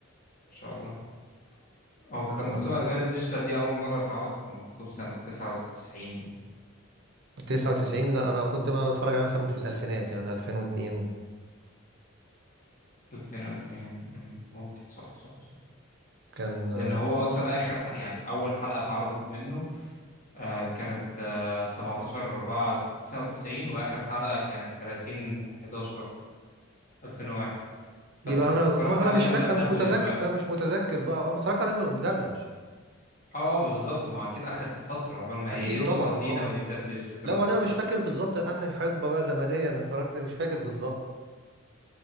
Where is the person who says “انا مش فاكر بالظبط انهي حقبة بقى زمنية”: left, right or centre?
Right